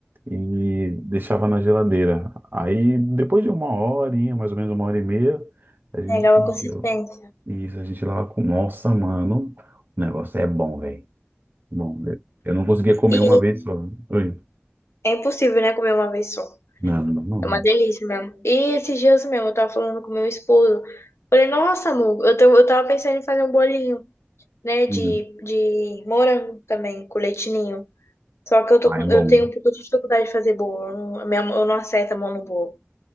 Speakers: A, on the right (about 50°); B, on the left (about 80°).
A: E deixava na geladeira. Aí, depois de uma horinha, mais ou menos uma hora e meia, a gente.
B: Pegava consistência.
A: ia. Isso, a gente lá com. Nossa, mano, o negócio é bom, velho. Bom, velho. eu não conseguia comer
B: E
A: uma vez só. Oi.
B: é impossível, né, comer uma vez só.
A: Não, não, não.
B: É uma
A: é-
B: delícia mesmo. E esses dias mesmo, eu tava falando com meu esposo. Falei, nossa, amor, eu, tô- eu tava pensando em fazer um bolinho, né, de,
A: não.
B: de morango também, com leite ninho. Só que eu, tô
A: Ah,
B: com,
A: é
B: eu
A: bom.
B: tenho um pouco de dificuldade de fazer bolo. Eu não, a minha mão- eu não acerto a mão no bolo,